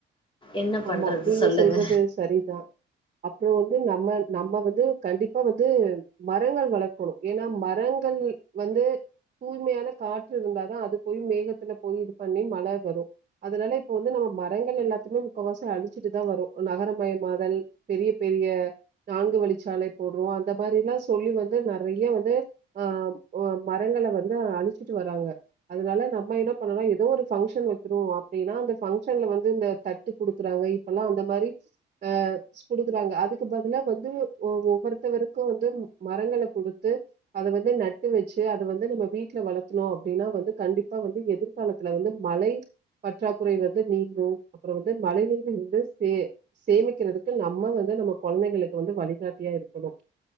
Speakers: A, on the left; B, on the right.
A: என்ன பண்றது
B: ஆமா நீங்க
A: சொல்லுங்க
B: சொல்றது சரிதா அப்றோ வந் து நம்ம நம்ம வந்து கண்டிப்பா வந்து மரங்கள் வளர்க்கணு ஏன்னா மரங்கள் வந் து தூய்மையான காற்று இருந்தாதா அது போய் மேகத்துல போய் இது பண்ணி மழ வரு அதனால இப்ப வந்து நம்ம மரங்கள் எல்லாத்திலும் முக்காவாசி அழிச்சிட்டு தா வரோ நகரமயமாதல் பெரிய பெரிய நான்கு வழிச்சாலை போடுறோ அந்த மாரிலா சொல்லி வந்து நெறைய வந்து ஆ மரங்கள வந்து அழிச்சிட்டு வராங்க அதனால நம்ம என்ன பண்ணலா ஏதோ ஒரு பங்க்ஷன் வக்கிறோ அப்டின்னா அந்த பங்கஷன்ல வந்து இந்த தட் டு குடுக்குறாங்க இப்பெல்லா அந்த மாரி ஆ குடுக்குறாங்க அதுக்கு பதிலா வந்து ஒவ் ஒவ்வொருத்த தருக்கு வந்து மரங்கள குடுத்து அத வந்து நட்டு வச்சி அத வந்து நம்ம வீட்ல வளத்ணோ அப்டினா வந்து கண்டிப்பா வந்து எதிர்காலத்துல வந்து மழை பற்றாக்குறை வந்து நீங்கு அப்றோ வந்து மழை நீீர் இருந்து சே சேமிக்கிறதுக்கு நம்ம வந்து நம்ம கொழந்தைகளுக்கு வந்து வழிகாட்டியா இரு க்கணும்